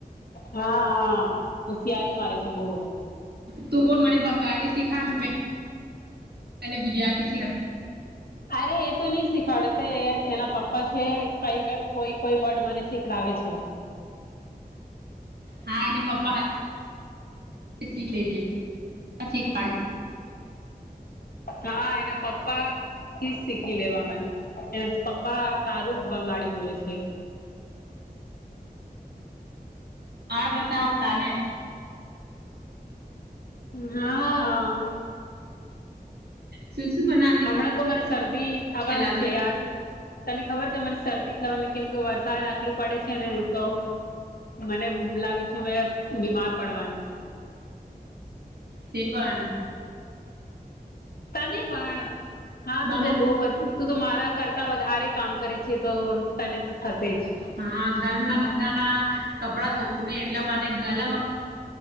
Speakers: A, on the left; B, on the right.
A: હા હા હોશિયારી મારે છે બહુ
B: તું બોલ મને બંગાળી શીખા ગુજરાતી સીખા
A: અરે એ તો નઈ શીખાડશે એના પપ્પા છે કંઈક કોઈ કોઈ વર્ડ મને શીખડાવે છે.
B: હા એને પપ્પા શીખે છે શીખવાડ
A: હા એના પપ્પા થી જ શીખી લેવા મે એના પપ પા સારું બંગાડી બોલે છે.
B: આણ પતાવ તાને
A: હા
B: શું શું બનાવી
A: હમણાં તો મને શરદી થવાનું
B: ખેલાવી
A: છે યાર તને ખબર છે મને શરદી થવા ને કેમ કે વરસાદ આટલું પડે છે ને તો મને લાગે છે મેં બીમાર પડવાની
B: તે પણ
A: તને પણ હા
B: મને
A: તું તો બહ વધુ તું તો મારા કરતા વધારે કામ કરે છે તો તને તો થશે જ.
B: હા ઘર ના બધા ના કપડા ધોવું નહી એટલા માટે ગલામ